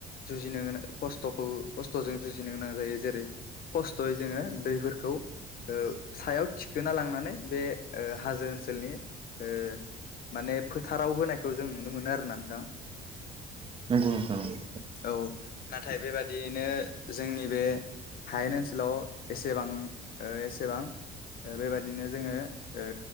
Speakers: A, on the left (about 60°); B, on the right (about 30°).
A: जुजिनो गोनां खस्थ'खौ खस्थ'जों जुजिनो गोनां जायो जेरै खस्थ'यै जोङो दैफोरखौ ओ सायाव थिखोना लांनानै बे ओ हाजो ओनसोलनि ओ माने फोथाराव होनायखौ जों नुनो मोनो आरोना नोंथां।
B: नंगौ नोंथां नंगौ।
A: औ नाथाय बेबादियैनो जोंनि बे हायेन ओनसोलाव एसेबां ओ एसेबां ओ बेबायदिनो जोङो ओ